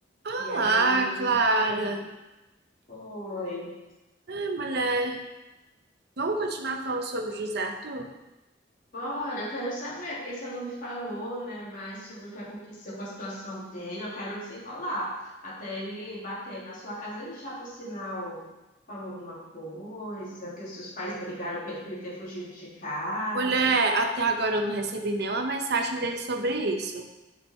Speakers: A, on the right (about 60°); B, on the left (about 45°).
A: Olá,
B: E aí,
A: Clara.
B: foi.
A: Ai, mulher, vamos continuar falando sobre o José Arthur?
B: Bora, eu quero saber, porque você não me falou, né, mais sobre o que aconteceu com a situação dele. Eu quero desenrolar. Até ele bater aí na sua casa, ele já, por sinal, falou alguma coisa, que os seus pais brigaram com ele por ele ter fugido de casa.
A: Mulher, até agora eu não recebi nenhuma mensagem dele sobre isso.